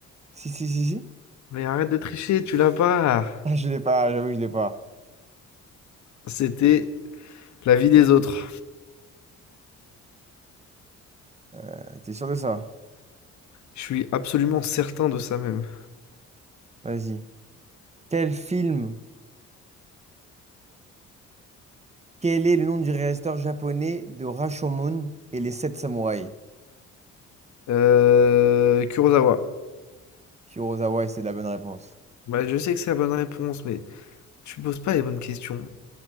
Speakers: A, on the right; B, on the left.
A: Si, si, si, si.
B: Mais arrête de tricher, tu l'as pas.
A: Ah, je l'ai pas, j'avoue, que je l'ai pas.
B: C'était La vie des autres.
A: Euh, t'es sûr de ça?
B: Je suis absolument certain de ça même.
A: Vas-y. Quel film, quel est le nom du réalisateur japonais de Rashomon et les sept samouraïs?
B: Euh, Kurosawa.
A: Kurosawa, et c'est la bonne réponse.
B: Bah, je sais que c'est la bonne réponse, mais tu poses pas les bonnes questions.